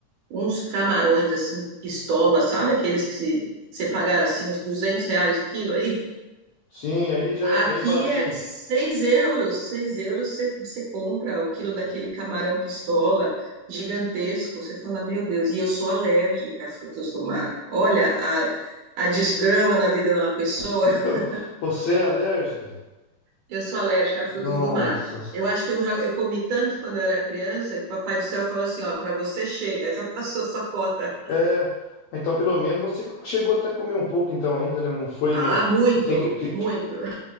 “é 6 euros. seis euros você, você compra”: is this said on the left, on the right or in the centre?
Right